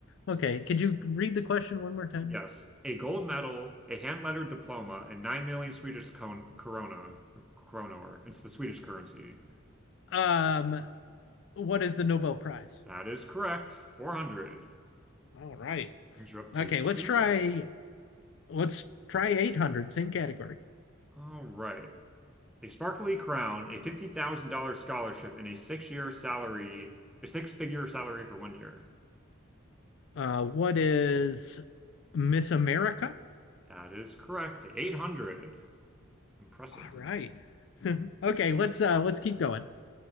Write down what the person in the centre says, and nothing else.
Yes, a gold medal, a hand-lettered diploma, and 9 million Swedish kon corona or kronor. It's the Swedish currency.
That is correct. 400.
Brings you up to
2,000.
All right. A sparkly crown, a $50,000 scholarship, and a six-year salary, a six-figure salary for one year.
That is correct. 800. Impressive.